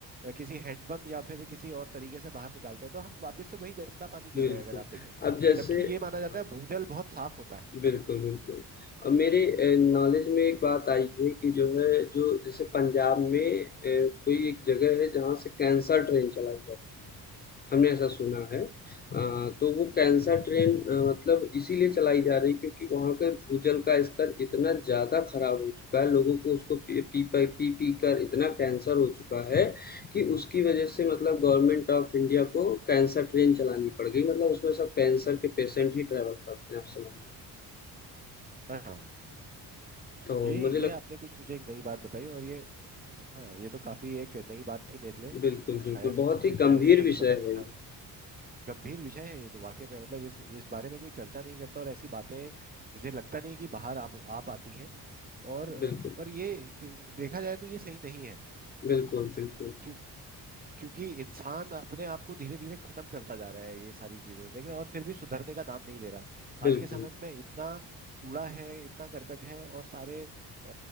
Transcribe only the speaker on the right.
अ, किसी हैंडपंप या फिर किसी और तरीके से बाहर निकालते हैं तो हम वापस से वही गंदा पानी पी
रहे हैं अगर आप देखें
जबकि ये माना जाता
है भूजल बहुत साफ होता है
हाँ
ये
ये
आपने कुछ मुझे एक नई बात बताई और ये हाँ ये तो काफी एक नई बात थी मेरे लिए
और
शायद मुझे
इस बारे
में कभी
पता नहीं
था
गंभीर विषय है ये तो वाकई में मतलब इस इस बारे में कोई चर्चा नहीं करता और ऐसी बातें मुझे लगता नहीं कि बाहर आप आ पाती हैं और अ,
पर ये क- देखा जाए तो ये सही नहीं है
क्यों क्योंकि इंसान अपने आप को धीरे धीरे खत्म करता जा रहा है ये सारी चीजों से देख रहे हैं और फिर भी सुधरने का नाम नहीं ले रहा
आज के समय में इतना कूड़ा है इतना करकट है और सारे अ,